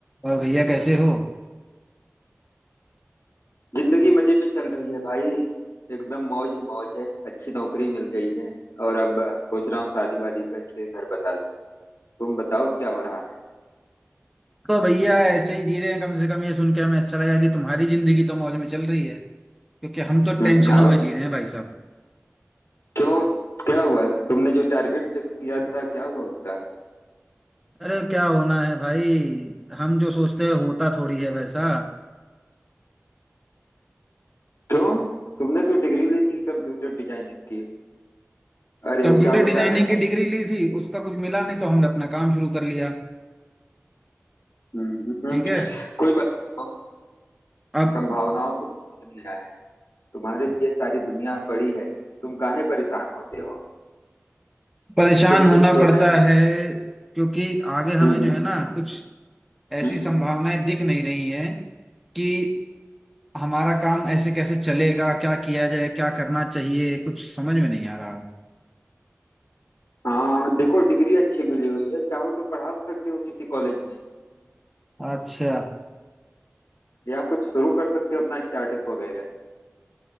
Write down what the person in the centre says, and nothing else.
और भैया कैसे हो
तो भैया ऐसे ही जी रहे हैं कम से कम ये सुन के हमें अच्छा लगा कि तुम्हारी जिंदगी तो मौज में चल रही है क्योंकि हम तो
टेंशनों
में जी रहे हैं भाई साहब
अरे क्या होना है भाई हम जो सोचते हैं होता थोड़ी है वैसा
कंप्यूटर
डिजाइनिंग
की
डिग्री ली थी उसका कुछ मिला नहीं तो हमने अपना काम शुरू कर लिया
ठीक है
अब
परेशान
होना
पड़ता
है क्योंकि आगे हमें
जो है ना कुछ ऐसी
संभावनाएं दिख नहीं रही हैं कि हमारा काम ऐसे कैसे चलेगा क्या किया जाए क्या करना चाहिए कुछ समझ में नहीं आ रहा
अच्छा